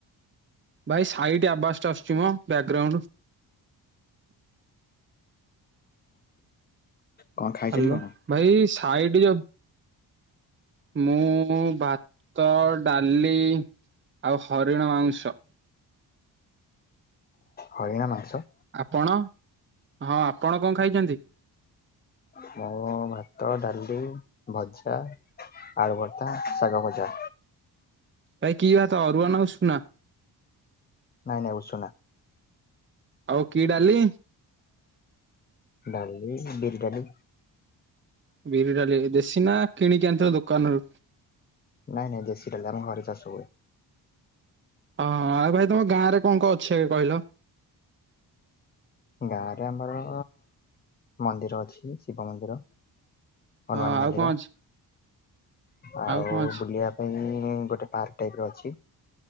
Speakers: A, on the right; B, on the left.
A: ଭାଇ ସାଇ ଆବାସଟା ଆସୁଛି ମୋ ବ୍ୟାକଗ୍ରାଉଣ୍ଡ।
B: କଣ ଖାଇଛନ୍ତି
A: ହ୍ୟାଲୋ
B: କଣ?
A: ଭାଇ ସାଇଡ ଯଉ ମୁଁ ଭାତ ଡାଲି ଆଉ ହରିଣ ମାଂସ।
B: ହରିଣ ମାଂସ।
A: ଆପଣ ହଁ ଆପଣ କଣ ଖାଇଛନ୍ତି?
B: ମୁ ଭାତ ଡାଲି ଭଜା। ଆଳୁବର୍ତା ଶାଗ ବଜା।
A: ଭାଇ କି ଭାତ ଅରୁଆ ନା ଉସୁନା।
B: ନାଇଁ ନାଇଁ ଉସୁନା।
A: ଆଉ କି ଡାଲି
B: ଡାଲି ବିରିଡ଼ାଲି।
A: ବିରି ଡାଲି ଦେଶୀ ନା କିଣିକି ଆଣି ଦୋକାନରୁ?
B: ନାଇଁ ନାଇଁ ଦେଶୀ ଡାଲି ଆମର ଘରେ ଚାଷ ହୁଏ।
A: ହଁ ଆଉ ଭାଇ ତମ ଗାଁରେ କଁ କଁ ଅଛି ଆଗେ କହିଲ?
B: ଗାଁରେ ଆମର ମନ୍ଦିର ଅଛି, ଶିବ ମନ୍ଦିର। ହନୁମାନ
A: ହଁ
B: ମନ୍ଦିର
A: ଆଉ କଁ ଅଛି?
B: ଆଉ
A: କଣ ଅଛି?
B: ବୁଲିବା ପାଇଁ ଗୋଟେ ପାର୍କ ଟାଇପ ର ଅଛି।